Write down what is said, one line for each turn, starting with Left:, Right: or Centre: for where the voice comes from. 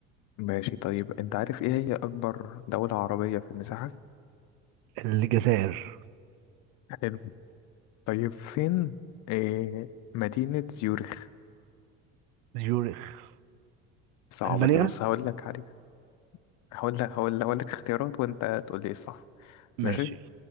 Left: ماشي طيب انت عارف ايه هي أكبر دولة عربية في المساحة؟
Right: الجزائر
Left: حلو طيب فين إيه مدينة زيورخ؟
Right: زيورخ
Left: صعبة
Right: المانيا
Left: دي بص هقول لك عليها هقول لك هقول هقول لك اختيارات وانت تقول لي ايه الصح
Right: ماشي
Left: ماشي؟